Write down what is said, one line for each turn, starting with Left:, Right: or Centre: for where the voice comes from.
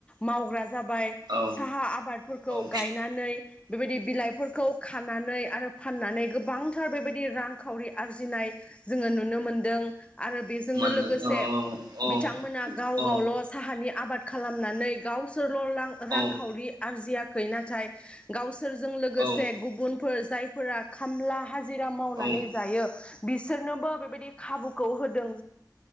Left: मावग्रा जाबाय
Right: औ
Left: साहा आबादफोरखौ
Right: औ
Left: गायनानै बेबायदि बिलाइफोरखौ खानानै आरो फाननानै गोबांथार बेबायदि रां खावरि आरजिनाय जोङो नुनो मोनदों आरो बेजोंनो
Right: मोनदों
Left: लोगोसे
Right: औ
Left: बिथांमोना गाव
Right: औ
Left: गावल' साहानि। आबाद खालामनानै गाव सोरल' रां रांखावरि
Right: औ
Left: आर्जियाखै नाथाय गाव सोरजों लोगोसे
Right: औ
Left: गुबुन फोर जायफोरा खामला हाजिरा मावनानै
Right: औ
Left: जायो बि बिसोरनोबो बेबायदि खाबुखौ होदों